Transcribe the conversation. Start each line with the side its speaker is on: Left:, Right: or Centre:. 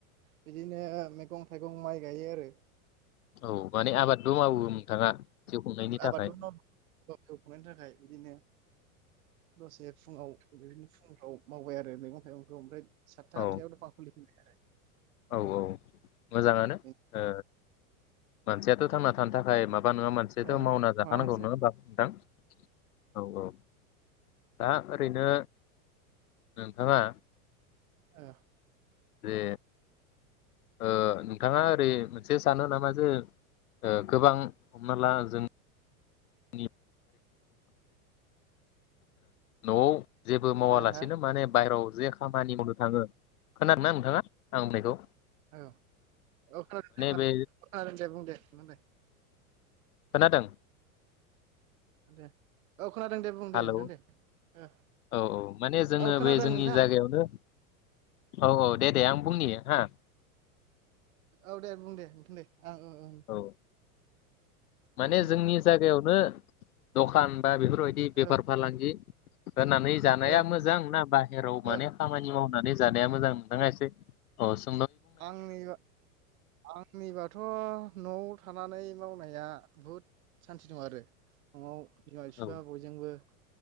Right: बिदिनो मैगं थाइगं माइ गायो आरो।
Left: औ माने आबादबो मावो नोंथाङा जिउ खुंनायनि
Right: आबादबो
Left: थाखाय।
Right: मावो जिउ खुंनायनि थाखाय बिदिनो दसे फुङाव बेनो फुंफ्राव मावबाय आरो मैगं थाइगंखौ ओमफ्राय साथा
Left: औ
Right: आथायाव दखान खुलि फैबाय आरो।
Left: औ औ मोजाङानो
Right: आरो।
Left: ओ मानसियाथ' थांना थानो थाखाय माबा बा नोङो मानसेयाथ'
Right: औ
Left: मावना जाहानांगौ
Right: माबासो
Left: नङा नोंथां औ औ दा ओरैनो नोंथांआ
Right: ओ
Left: जे ओ नोंथाङा ओरै मोनसे सानो नामा जे गोबां हमना ला जों <unintelligible> न'आव जेबो मावालासिनो
Right: हो हो
Left: माने बाहेरायाव जे खामानि मावनो थाङो खोनादों ना नोंथाङा आं होननायखौ
Right: औ औ खोनादों
Left: बे
Right: दे बुं दे बुं
Left: खोनादों
Right: दे औ खोनादों दे बुं दे
Left: हेलौ
Right: नोंथां दे ओ
Left: औ औ माने जोंङो
Right: औ खोनादों
Left: बे जोंनि
Right: नोंथां
Left: जायगायावनो औ औ दे दे आं बुंनि हा।
Right: औ दे बुं दे ओ ओं ओं।
Left: औ माने
Right: दे बुंदो
Left: जोंनि जायगायावनो दखान। बा बेफोरबायदि बेफार
Right: औ
Left: फालांगि होनानै जानाया
Right: औ
Left: मोजां ना बाहेराव माने
Right: औ
Left: खामानि मावनानै जानाया मोजां नोंथाङा इसे अस
Right: आंनिवा आंनिबाथ' न'आव थानानै मावनाया बुहुद सान्थि दं आरो न'आव बिमा बिफा
Left: औ
Right: बयजोंबो